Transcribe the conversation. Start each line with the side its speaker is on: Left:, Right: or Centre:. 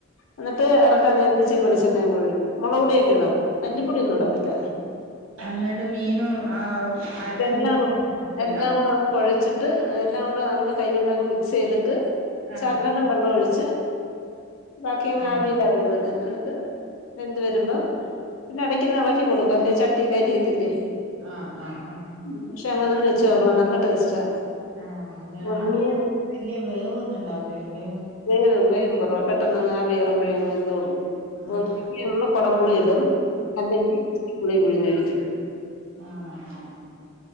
Left: എന്നിട്ട് എറക്കാൻ നേരത്തിച്ചിരി വെളിച്ചെണ്ണയും കൂടെ ഒഴിയ്ക്കും മൊളക് പൊടിയൊക്കെ ഇടും മല്ലിപ്പൊടിയൊന്നും ഇടത്തില്ല
Right: അന്നിട്ട് മീനും ആഹ് അരപ്പൂടി
Left: ഇതെല്ലാം കൂടെ
Right: വെക്കലാ
Left: എല്ലാം കൂടങ്ങ് കൊഴച്ചി ട്ട് എല്ലാം കൂടെ നമ്മള് കൈ കൊണ്ടങ്ങ് മിക്സെയ്തിട്ട്
Right: ആഹ്
Left: ശകലം വെള്ളം ഒഴിച്ച് ബാക്കിയങ്ങ്
Right: അങ്ങ്
Left: ആവിയിലാ വേവുന്നെ എന്നിട്ട് വെന്ത് വരുമ്പോ പിന്നെ എടയ്ക്കൊന്ന് എളക്കി കൊടുക്കുവ അല്ലെ ച ട്ടി കരിയത്തില്ലേ
Right: ആഹ് ആഹ് ആഹ്
Left: ഉം പക്ഷെ അങ്ങനൊന്ന് വെച്ച് നോക്കണം നല്ല ടേസ്റ്റാ
Right: ആഹ് പിന്നെ
Left: ഒന്നീ
Right: ആഹ് മീനും വല്യ വേവൊന്നും ഇണ്ടാവൂലല്ലോ വെ
Left: വേവും വേവ് കൊറവ പെട്ടെന്നങ്ങു ആവി കേറുമ്പഴേ അങ്ങ് വെന്തോളും <unintelligible>
Right: ആഹ് ആഹ്
Left: കൊടംമ്പുളി ഇടും അല്ലെങ്കി പുളി പിഴിഞ്ഞൊഴിക്കും
Right: ആണോ ആഹ് ആഹ്